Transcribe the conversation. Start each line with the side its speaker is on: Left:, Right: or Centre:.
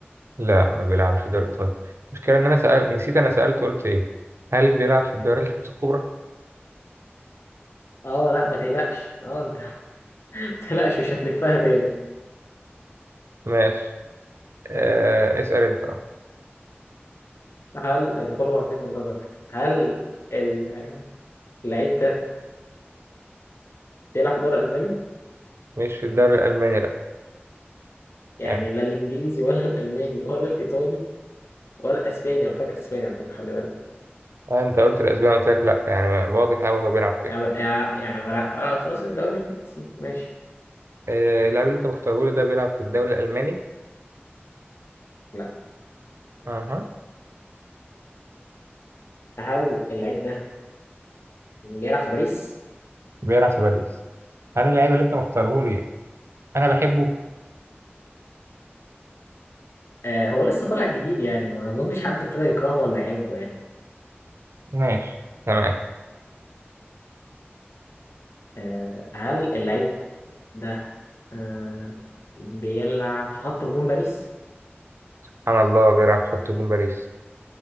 Right: لا ما بيلعبش في الدوري الايطالي المشكلة ان انا سأل نسيت انا سألت قلت ايه هل بيلعب في الدوري الخمسة الكبرى
Left: اه لا ما تقلقش اه انت تقلقش مش هتلفها تاني
Right: ماشي آه... اسأل انت اه
Left: هل الكل مرتكب من نظرك هل ال- اللعيب ده بيلعب في دوري ألماني؟
Right: مش في الدوري الالماني لا
Left: يعني
Right: يعني
Left: لا الإنجليزي ولا الألماني ولا الإيطالي ولا الأسباني أنا فاكر أسباني على فكرة خلي بالك
Right: آه انت قلت الاسباني قلت لك لا يعني واضح قوي هو بيلعب فين
Left: يعني يعني يعني لا آه خلاص الدوري الفرنسي ماشي
Right: آه... اللاعب اللي انت مختاره لي ده بيلعب في الدوري الالماني
Left: لا
Right: اها
Left: هل اللعيب ده بيلعب في باريس؟
Right: بيلعب في باريس هل اللاعب اللي انت مختاره لي انا بحبه
Left: آه هو لسه طالع جديد يعني ما أظنش حد ابتدى يكرهه ولا يحبه يعني
Right: ماشي تمام
Left: آه هل اللعيب ده آه بيلعب في خط هجوم باريس؟
Right: سبحان الله بيلعب في خط جون باريس